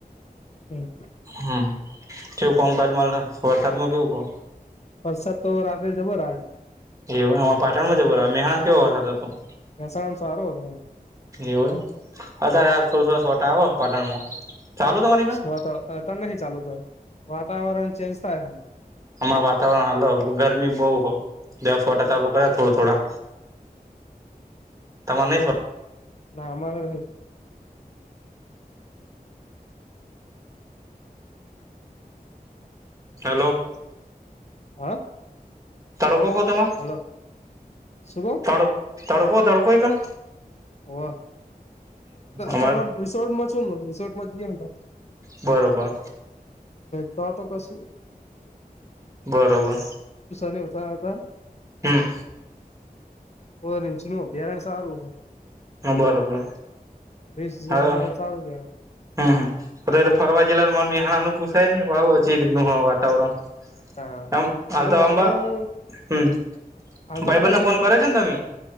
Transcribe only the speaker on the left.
હમ.
વરસાદ તો રાત્રે જબર આય
મહેસાણામા સારો હતો
વાતા અ તનેહી ચાલુ ક વાતાવરણ ચેન્જ થાય
ના અમારે
હ.
હલોો શુભ
ઓ
તાર રિસોર્ટમાં છું રિસોર્ટમાં ત અ
તો આ તો કસ.
<inaudible>
ઓ રીછનુ અભ્યારણ્ય સારું
રિસ જોવા
મળ સારુ કેવાય
તા
એ તો વાતાવરણ
હાલ તો
અંબાજી
છું